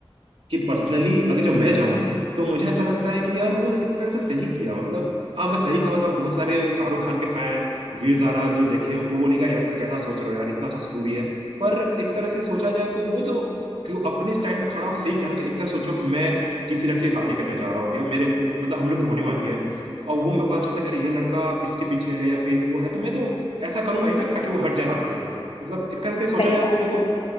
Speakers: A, on the right; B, on the left.
A: कि पर्सनली अगर जो मैं जाऊं तो मुझे ऐसा लगता है कि यार वो एक तरह से सही किया मतलब हाँ मैं सही कहूँ तो बहुत सारे शाहरुख खान के फैन वीर ज़ारा जो देखे वो बोलेंगे यार यार तुम कैसा सोच रहे हो यार इतना अच्छा स्टोरी है पर एक तरह से सोचा जाए तो वो तो क्यों अपने स्टैंड पे खड़ा होकर सही किया ना कि एक तरह सोचो कि मैं किसी लड़के से शादी करने जा रहा हूँ या मेरे मतलब हम लोग की होने वाली है तो अब वो मेरे को पता चलता है कि अरे ये लड़का इसके पीछे है या फिर वो है तो मैं तो ऐसा करूंगा ही ना ताकि वो हट जाए रास्ते से मतलब एक तरह से सोचा
B: सही
A: जाए
B: बात
A: तो ये तो
B: है